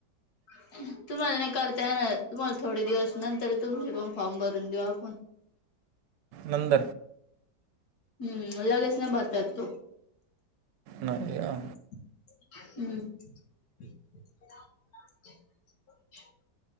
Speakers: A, on the left (about 65°); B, on the right (about 80°).
A: <inaudible> तुम्हाला नाही करता येणार, तुम्हाला थोडे दिवस नंतर तुमचे पण फॉर्म भरून देऊ आपण.
B: नंद
A: हूं लगेच नाही भरता येत तो.
B: नाहे आ.
A: हूं <unintelligible>